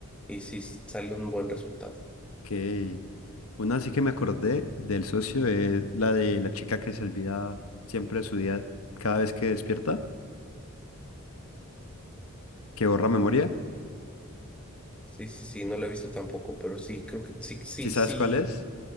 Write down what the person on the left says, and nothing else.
ok. Una sí que me acordé del socio es la de la chica que se olvida siempre de su día cada vez que despierta, que borra memoria.
¿Sí sabes
cuál es?